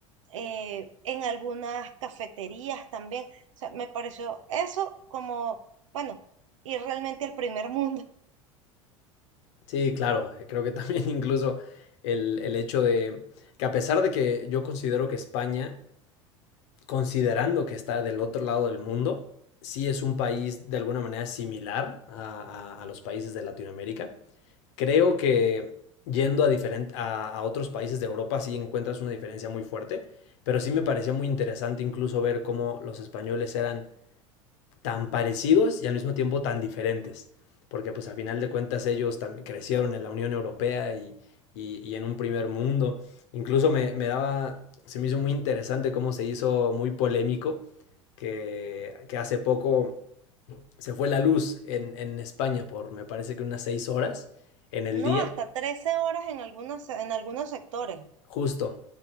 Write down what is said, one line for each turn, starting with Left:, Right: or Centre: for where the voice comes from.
Right: eh, en algunas cafeterías también. O sea, me pareció eso como, bueno, ir realmente al primer mundo.
Left: Sí, claro. eh, Creo que también <laughs> incluso el, el hecho de que a pesar de que yo considero que España considerando que está del otro lado del mundo, sí es un país de alguna manera similar a, a- a los países de Latinoamérica. Creo que yendo a, diferen- a, a otros países de Europa sí encuentras una diferencia muy fuerte, pero sí me parecía muy interesante incluso ver cómo los españoles eran tan parecidos y al mismo tiempo tan diferentes, porque pues a final de cuentas ellos también crecieron en la Unión Europea y, y, y en un primer mundo. Incluso me, me, daba, se me hizo muy interesante cómo se hizo muy polémico que, que hace poco se fue la luz en, en España por me parece que unas seis horas en el
Right: No,
Left: día
Right: hasta 13 horas en algunos, en algunos sectores. ¿no?
Left: Justo.